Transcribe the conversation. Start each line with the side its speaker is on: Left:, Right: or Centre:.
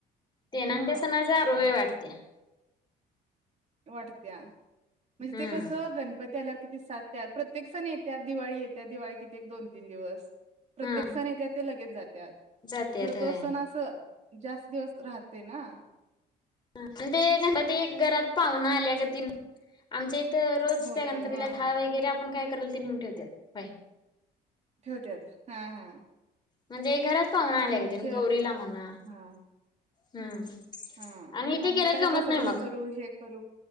Left: ते
Right: हा
Left: न ते सणाजवे वाटते. त्या्या.
Right: वाटत्या. म्हणजे
Left: हम्म
Right: ते कसं गणपती आल्यावर कि सातत्यात प्रत्येक सण येत्या दिवाळी येत्या दिवाळी कितीे एक दोन तीन दिवस. प्रत्येक
Left: हम्म
Right: सणेत येत्यात. ते लगेच जात. त्यात
Left: जात्यात
Right: खरं
Left: होय
Right: तो असत ना असं जास्त दिवस राहते ना.
Left: आणि ते गणपती घरात पाहुण आल्याग त आमच्या रोज
Right: होते
Left: त्या गणपतीला
Right: हा
Left: ठा
Right: हा
Left: वगैरे आपण काय. कराल तेेऊ ठेवते्या बाय.
Right: ठेवत्यात हा हा.
Left: म्हणजे घरात पाहून आल्या
Right: आमच्या
Left: का गौरीला म्हणा.
Right: हा
Left: हम्म.
Right: हा
Left: ते
Right: आणि
Left: गेल्या
Right: काय
Left: गमत
Right: प्रसादाला
Left: नाही मग
Right: करू, हे करू,